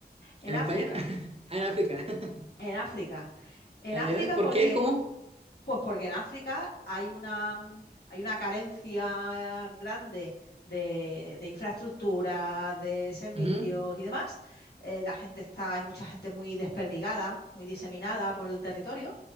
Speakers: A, on the left; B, on the right.
A: En
B: ¿En
A: África,
B: España? <laughs> Ah, en África. <laughs>
A: en África. En
B: Ah,
A: África
B: ¿ya? ¿Por
A: porque
B: qué? ¿Cómo?
A: pues porque en África hay una, hay una carencia grande de, de infraestructura, de servicios
B: Ujú,
A: y demás. Eh, la gente está, hay mucha gente muy desperdigada, muy diseminada por el territorio